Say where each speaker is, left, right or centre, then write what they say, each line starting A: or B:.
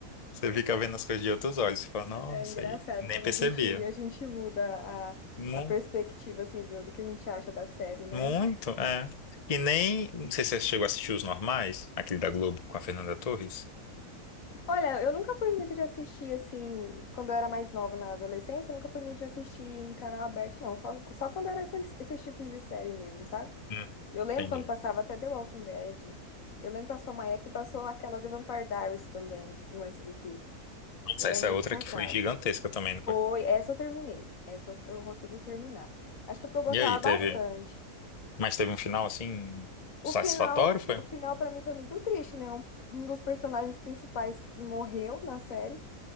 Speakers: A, on the left; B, on the left.
A: você fica vendo as coisas de outros olhos, você fala, nossa,
B: É engraçado
A: aí nem
B: como
A: percebia.
B: a gente, a gente muda a,
A: Mu-
B: a perspectiva, assim, do, do que a gente acha da série, né?
A: Muito, é. E nem, não sei se você chegou a assistir Os Normais, aquele da Globo com a Fernanda Torres.
B: Olha, eu nunca fui muito de assistir, assim, quando eu era mais nova na adolescência, eu nunca fui muito de assistir em canal aberto, não. Só, só quando era esses, esses tipos de série mesmo, sabe?
A: Hum,
B: Eu lembro
A: Entendi.
B: quando passava até The Walking Dead. Eu lembro que passou uma época e passou aquela The Vampire Diaries também no SBT. Eu
A: Essa
B: lembro
A: é outra
B: que passava.
A: que foi gigantesca também, não foi?
B: Foi, essa eu terminei. Essa eu consegui terminar. Acho que é porque eu gostava
A: E aí,
B: bastante.
A: teve. Mas teve um final assim
B: O
A: satisfatório,
B: final,
A: foi?
B: o final para mim foi muito triste, né? Um, um dos personagens principais morreu na série.